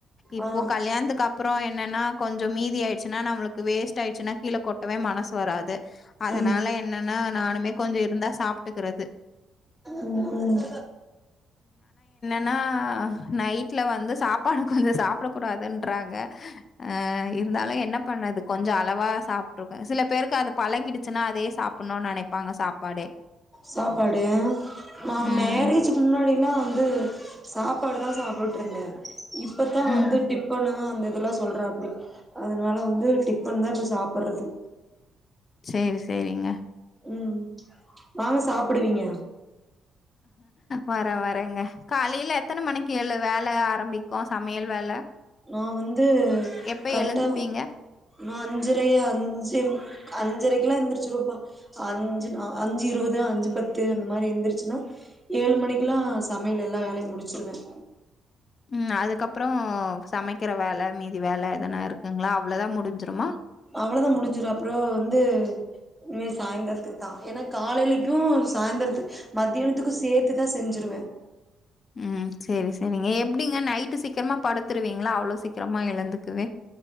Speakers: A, on the left; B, in the centre.
A: இப்போ
B: ஆ
A: கல்யாணத்துக்கு அப்புறம் என்னன்னா கொஞ்சம் மீதி ஆயிடுச்சுன்னா நம்மளுக்கு வேஸ்ட் ஆயிடுச்சுன்னா கீழ கொட்டவே மனசு வராதே அதனால
B: ம்
A: என்னன்னா நானுமே கொஞ்சம் இருந்தா சாப் ட்டுக்கிறது
B: உம் உம்
A: னா நைட்ல வந்து சாப்பாடு கொஞ்சம் சாப்டக் கூடாதுன்றாங்க ஆஹ இருந்தாலும் என்ன பண்ணது கொஞ்சம் அளவா சாப்ட்க்குவே சில பேருக்கு அத பழகிடுச்சுன்னா அதே சாப்பிடணும்னு நினைப்பாங்க சாப்பாடே
B: சாப்பாடு நா
A: ம்.
B: மேரேஜ்க்கு முன்னாடி லாம் வந்து சாப்பாடு தான் சாப்டுட்டு இருந்தேன் இப்பத்தான்
A: ம்.
B: வந்து டிப்பண்ணு அந்த இதெல்லாம் சொல்ற அப்டி அதனால வந்து டிபன் தான் இப்ப சாப்படுறது
A: சரி சரிங்க
B: உம் வாமா சாப்பிடுவீங்க
A: வரேன் வரேங்க காலையில எத்தனை மணிக்கு எழு வே வேல ஆரம்பிக்கும் சமையல் வேல
B: நான் வந்து
A: எப்ப
B: கரெக்டா
A: எழுந்துப்பீங்க?
B: நான் அஞ்சரைய அஞ்சே அஞ்சரைக்க எல்லாம் எந்திரிச்சுிருவப்பா அஞ்சு அஞ்சு இருபது அஞ்சு பத்து அந்த மாதரி எந்திரிச்சுன்னா ஏழு மணிக்கு எல்லாம் சமையல் எல்லாம் வேலையும் முடிச்சிருவேன்
A: உம் அதுக்கப்புறம் சமைக்கிற வேலை மீதி வேலை எதனா இருக்குங்களா அவ்ளதான் முடிஞ்சிருமா
B: அவ்ளதான் முடிஞ்சிரும் அப்புறம் வந்து இனிமே சாயந்திரத்துக்கு தான் ஏன்னா காலையிலக்கும் சாயந்திரத்து மத்தியானத்துக்கும் சேர்த்துதான் செஞ்சிருவேன்
A: உம் சரி சரிங்க எப்டிங்க நைட்டு சீக்கிரமா படுத்துருவீங்களா அவ்ளோ சீக்கிரமா எழுந்துக்குவே